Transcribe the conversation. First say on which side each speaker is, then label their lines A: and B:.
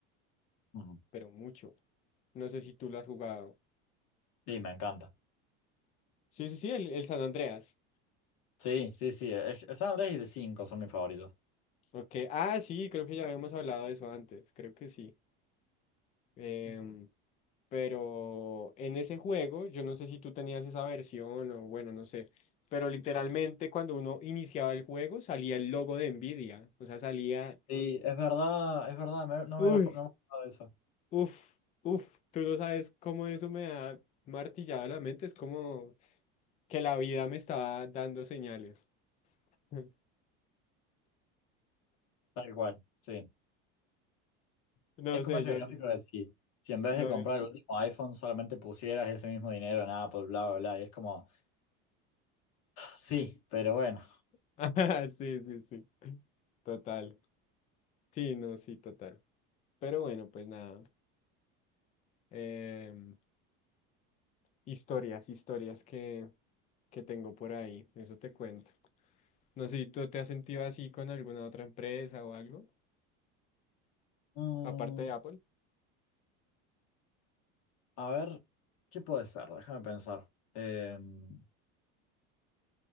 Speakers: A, on the left (about 55°); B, on the left (about 25°).
A: Mm.
B: pero mucho. No sé si tú lo has jugado.
A: Sí, me encanta.
B: Sí, sí, sí, el, el San Andreas.
A: Sí, sí, sí. e-, Es, es San Andrés y de 5 son mis favoritos.
B: Ok, ah, sí, creo que ya habíamos hablado de eso antes, creo que sí. Em,
A: Mm.
B: Pero en ese juego, yo no sé si tú tenías esa versión o bueno, no sé, pero literalmente cuando uno iniciaba el juego salía el logo de Nvidia, o sea, salía,
A: Sí, es verdad, es verdad, me- no
B: uy,
A: me había co- no me había acordado de eso.
B: uf, uf, tú no sabes cómo eso me ha martillado la mente, es como que la vida me estaba dando señales. <laughs>
A: Tal cual, sí.
B: No
A: Es como
B: sé,
A: ese
B: yo
A: gráfico de si, si en vez
B: lo
A: de comprar
B: veo.
A: el último iPhone solamente pusieras ese mismo dinero en Apple, bla, bla, bla, y es como... Sí,
B: Ujú.
A: pero bueno.
B: <laughs> Ajá, Sí, sí, sí, total. Sí, no, sí, total. Pero bueno, pues nada. em, historias, historias que, que tengo por ahí. Eso te cuento. No sé si tú te has sentido así con alguna otra empresa o algo,
A: Mm,
B: aparte de Apple.
A: a ver, ¿qué puede ser? Déjame pensar. Em,